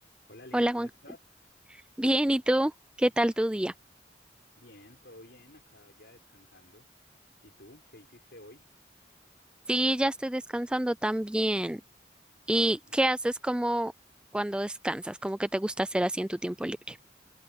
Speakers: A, on the left; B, in the centre.
A: Hola Lina,
B: Hola
A: ¿cómo
B: Juan.
A: estás?
B: Bien, ¿y tú? ¿Qué tal tu día?
A: Bien, todo bien, acá ya descansando. ¿Y tú, qué hiciste hoy?
B: Sí, ya estoy descansando también. ¿Y
A: Ah.
B: qué haces como cuando descansas? ¿Cómo que te gusta hacer así en tu tiempo libre?